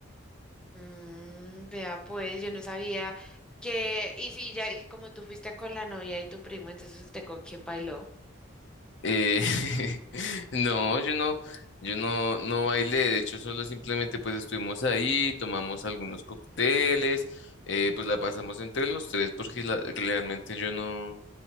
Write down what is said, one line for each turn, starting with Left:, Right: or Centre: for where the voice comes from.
Centre: Mm, vea pues, yo no sabía que, y si ya, y como tú fuiste con la novia y tu primo, entonces usted con quién bailó.
Left: Eh, <laughs> no, yo no, yo no, no bailé, de hecho solo simplemente pues estuvimos ahí, tomamos algunos cócteles, eh, pues la pasamos entre los tres porque la- realmente yo no,